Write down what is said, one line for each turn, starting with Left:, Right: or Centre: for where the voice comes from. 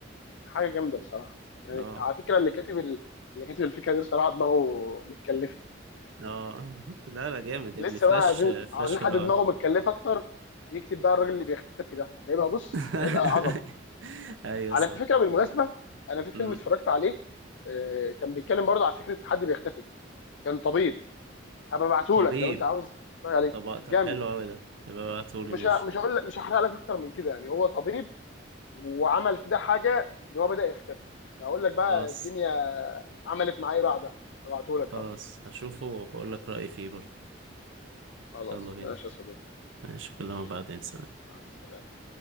Left: حاجه جامده بصراحه يعني
Right: اه
Left: على فكره اللي كاتب ال... اللي كاتب الفكره دي بصراحه دماغه متكلفه
Right: اه <laughs> لا لا جامد يا
Left: لسه
Right: ابني فلاش
Left: بقى عايزين
Right: آه، فلاش
Left: عاوزين
Right: حلو
Left: حد دماغه
Right: أوي.
Left: متكلفه اكتر يكتب بقى الراجل اللي بيختفي ده هيبقى بص
Right: <laughs>
Left: هيبقى عظمه
Right: ايوه
Left: على
Right: صح
Left: فكره بالمناسبه انا في فيلم
Right: مم.
Left: اتفرجت عليه آه، كان بيتكلم برضه على فكره حد بيختفي كان طبيب هبقى ابعته
Right: طبيب
Left: لك لو انت عاوز تتفرج عليه
Right: طب طب
Left: جامد
Right: حلو قوي ده يبقى ابعتهولي
Left: ومش
Right: ماشي
Left: ه... مش هقول لك مش هحرق لك اكتر من كده يعني هو طبيب وعمل كده حاجه ان هو بدا يختفي هقول لك بقى
Right: خلاص
Left: الدنيا عملت معاه ايه بعدها هبعته لك
Right: خلاص
Left: اهو
Right: هشوفه وبقول لك رأيي فيه برضه
Left: خلاص
Right: يلا بينا
Left: ماشي يا صديقي
Right: ماشي اكلمك
Left: ماشي
Right: بعدين سلام
Left: مع السلامة